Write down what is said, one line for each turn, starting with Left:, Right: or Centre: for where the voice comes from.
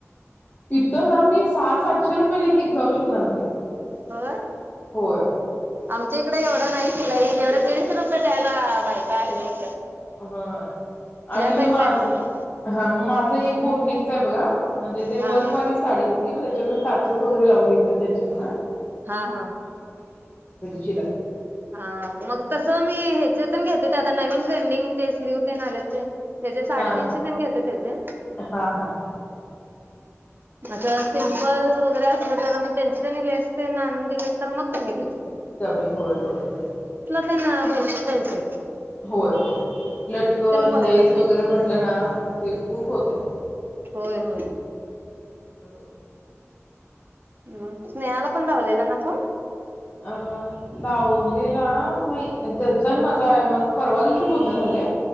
Left: इथ ना मी सहा सातशे रुपयाला एक एक ब्लाउज शिवून आणते.
Right: होय,
Left: होय
Right: आमच्या इथे इकडे एवढं नाही शिलाई तेवढं दीडशे रुपये द्यायला बायका हे होत
Left: व्हय आणि ह्यो
Right: साईडला
Left: माझं,
Right: एवढं नाही.
Left: हां मग माझं एक बोटनी ते बघा म्हणजे ते
Right: हा
Left: वर्कवाली
Right: हा.
Left: साडी होती, मग त्याच्यामुळे सात तसं वगैरे लावून घेतलं त्यांच्याकडंन
Right: हां हां,
Left: शिलाई
Right: हां मग तसं मी ह्याचेतून घेत ते आता नवीन ट्रेंडिंग तेच न्यू ते नाल्याचे, त्याचे साडेतीनशे
Left: हा
Right: त्याने घेतले त्याचे
Left: हा हा हा हा
Right: असं सिम्पल वगैरे असलं तर मग, त्यांचं त्यांनी लेस त्यांनी आणून दिले तर मग कमी घेत
Left: कमी होय होय होय
Right: भरटरतायस
Left: होय होय लटकन
Right: परवडत
Left: लेस
Right: नाही.
Left: वगैरे म्हटलं ना ते खूप होतय
Right: होय होय.
Left: बरोबर
Right: हम् स्नेहाला पण लावलेला ना फोन
Left: अ लावलेला नाही त्यांचा आणि माझा परवा दिवशी पूर्ण झाले